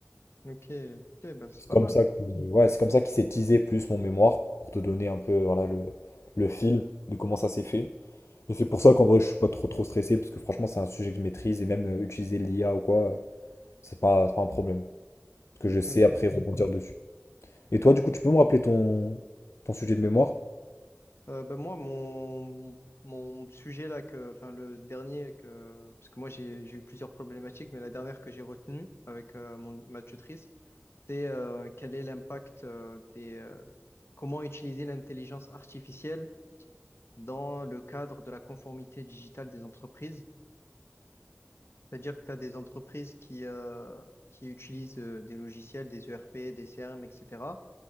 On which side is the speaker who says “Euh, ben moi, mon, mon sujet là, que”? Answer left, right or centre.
Left